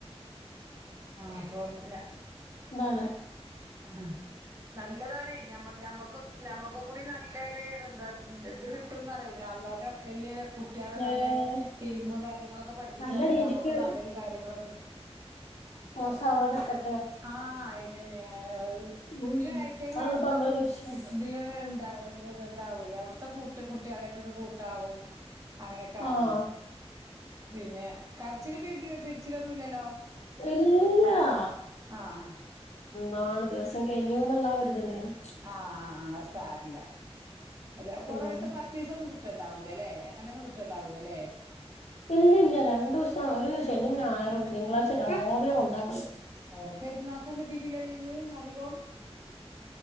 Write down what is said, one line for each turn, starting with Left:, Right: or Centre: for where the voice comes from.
Right: ആ <unintelligible> ല
Left: താണ്
Right: ആ നല്ലതാണേ ഞമ്മ ഞമ്മക്കൊ ഞമ്മക്കും കൂടി ന ല്ലര് എന്താ ഇത് കിട്ടുംന്നറീലെ അള്ളാന്റെ പക്കൽല് കുട്ടിയളെ നല്ല
Left: ഏഹ്
Right: ഇൽമ് കാര്യങ്ങളൊക്ക പഠിപ്പിച്ചാല്
Left: നല്ല രീതിക്ക്
Right: ഞമ്മക്ക് നല്ലൊരു കാര്യങ്ങളൊക്ക കി
Left: മോസാവാതക്ക
Right: ആ അയിനന്നെ അത്
Left: ഉം
Right: പിന്നെ ഐറ്റങ്ങള്
Left: അതാണല്ലപ്പ
Right: അവ്ട്ത്തെ
Left: നമ്മളെ
Right: കു
Left: ലക്ഷ്യം
Right: ഇതിലന്നെ എന്താ ഇതാവോയ് അവ്ട്ത്തെ കൂട്ട കുട്ടിയളായിട്ടരു കൂട്ടാവും അങ്ങനെയെക്കെ
Left: ആഹ്
Right: ആവുയ് പിന്നെ കര്ച്ചിലും പിരിചി പിരിച്ചിലൊന്നുല്ലല്ലോ
Left: ഇല്ലാ
Right: ആഹ്
Left: നാണ് ദിവസം കഴിഞ്ഞുന്ന്ള്ള ആ ഇര്ത്ണ്ടായിന്നു
Right: ആ ആ ആ അത് സാരല്ല അല്ല കൊറെശ
Left: ഉം
Right: പ പത്തീസം ഒന്നും കിട്ട്ണ്ടാവൂല ലെ അങ്ങനെന്നും കിട്ടുണ്ടാവൂല ലെ
Left: ഇല്ലല്ല രണ്ടൂസം ഒര് ശനിം ഞായറും തിങ്കളാഴ്ച രവിലെ കൊണ്ടാക്കണം
Right: അവൂ പെര്ന്നാക്കും കിട്ടിട്ടില്ല ലീവ് അധികവും